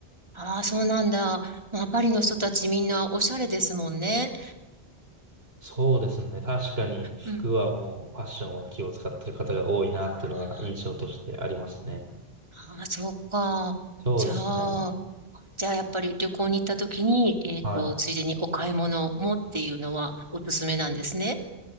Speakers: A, on the right; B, on the right.
A: ああ、そうなんだ。まあ、パリの人たちみんなおしゃれですもんね。
B: そうですね。確かに服はもうファッションは気を使ってる方が多いなっていうのが印象としてありますね。
A: うん。あーあー、そうか。
B: そうですね。
A: じゃあ、じゃあやっぱり旅行に行った時に、えっと、
B: はい。
A: ついでにお買い物もっていうのはおすすめなんですね。